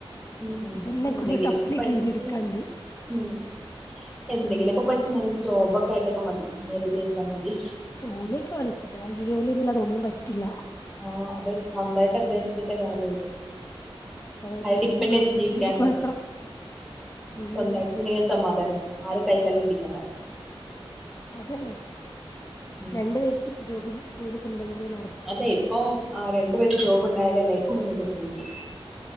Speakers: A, in the centre; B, on the left.
A: ഉം ഉം
B: ഇതന്നെ
A: എന്തെങ്കിലൊക്കെ
B: കുറേ സപ്ലിയൊക്കെ
A: പഠിച്ച്
B: എഴുതിയെടുക്കാണ്ട്
A: ഉം എന്തെങ്കിലൊക്കെ
B: ഉം
A: പഠിച്ച് നല്ലൊരു ജോബൊക്കെ ആയിട്ടൊക്കെ മതി മാര്യേജ് കഴിച്ചാൽ മതി
B: ജോലിയൊക്കെ വേണം, ഇപ്പത്തെ കാലത്ത് ജോലിയൊന്നും ഇല്ലാതെ ഒന്നും പറ്റില്ല
A: ആഹ് അതെ സ്വന്തായിട്ട് അധ്വാനിച്ചിട്ടേ കാര്യള്ളു
B: അതന്നെ
A: ആരേം ഡിപ്പെൻ്റ്
B: ഇൻഷാ അള്ളാ
A: ചെയ്ത് ജീവിക്കാണ്ടേ
B: എന്തേലൊക്കെ ആക്കണം ഉം
A: സൊന്തായിട്ട് ണ്ടെങ്കിൽ സമാധാനാണ് ആരേം കയ്യും കാലും പിടിക്കണ്ട
B: അതന്നെ,
A: ഉം
B: രണ്ടു പേർക്കും ജോബി ജോലിയൊക്കെണ്ടെങ്കിലെ നട
A: അതെ ഇപ്പൊ ആ രണ്ടു പേർക്ക് ജോബ് ഉണ്ടായാലേ ലൈഫ് മുന്നോട്ട് പോകുള്ളു